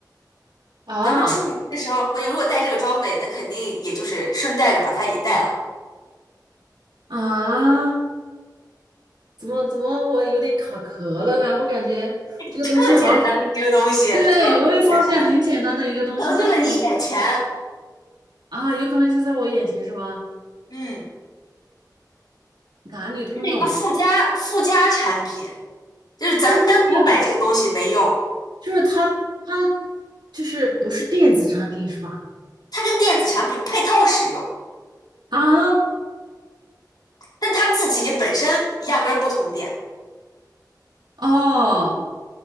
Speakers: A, on the right (about 80°); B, on the left (about 65°).
A: 啊
B: 咱们出门的时候，如果带这个装备，那肯定也就是顺带着把它也带了。
A: 啊！怎么怎么我有点卡壳了呢？我感觉这个东西好像，
B: 特简单的一个东西，
A: 对，
B: 特别简单，
A: 我也发现很简单的一个东西，
B: 成就了你眼前。
A: 但是我啊，有可能就在我眼前是吗？
B: 嗯。
A: 男女通用，
B: 是一个附加附加产品，就是咱单独买这个东西没用，
A: 但是它也就是它它就是不是电子产品是吧？
B: 它跟电子产品配套使用，
A: 啊
B: 但它自己本身压根儿不通电，
A: 哦，